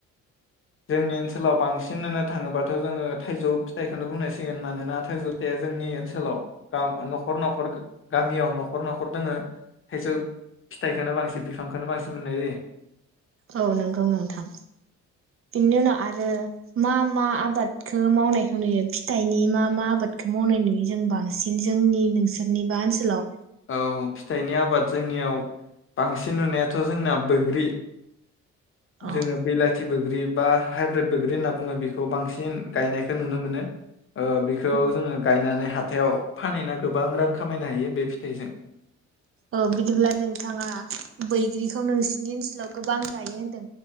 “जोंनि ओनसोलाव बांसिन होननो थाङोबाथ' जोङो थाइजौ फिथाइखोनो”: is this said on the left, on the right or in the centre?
Left